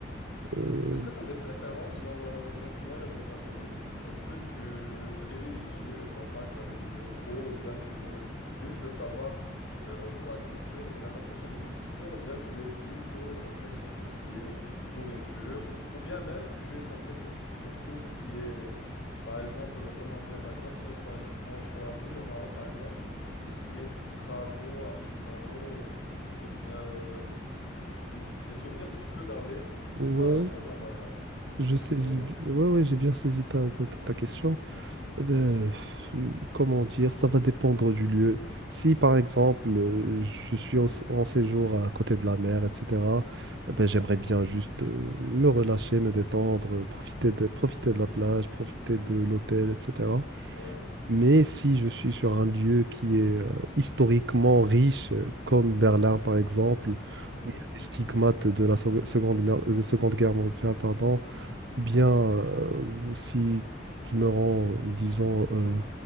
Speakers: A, on the right; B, on the left.
A: euh,
B: Est-ce que tu as des préférences, genre, euh, quand tu voyages dans un pays, est-ce que tu privilégies le contact avec les locaux ou bien tu veux juste savoir euh, la culture ou bien t'approcher de cette culture ou bien tu es plutôt centré sur tout ce qui est nourriture ou bien même tu es centré tout- sur tout ce qui est, par exemple, comment dire, par exemple, si on, soi- on choisit le Maroc, par exemple, tout ce qui est travaux artisanaux ou bien euh, euh, des souvenirs que tu peux garder, que
A: ouais,
B: tu peux acheter dans un bazar.
A: je
B: Plutôt.
A: saisis, bi- ouais,
B: Ouais.
A: ouais, j'ai bien saisi ta, ta, ta ta question. Eh ben, pff, comment dire, ça va dépendre du lieu. Si par
B: Mhm.
A: exemple euh, je suis au- en séjour à côté de la mer, etc., eh ben, j'aimerais bien juste euh, me relâcher, me détendre, euh, profiter de, profiter de la plage, profiter de l'hôtel, etc.
B: Ouais.
A: Mais si je suis sur un lieu qui est euh, historiquement riche, euh, comme Berlin par exemple,
B: Mhm.
A: où il y a des stigmates de la Sec- seconde, Mer- de Seconde Guerre mondiale, pardon, ou bien, euh, si je me rends, disons, euh,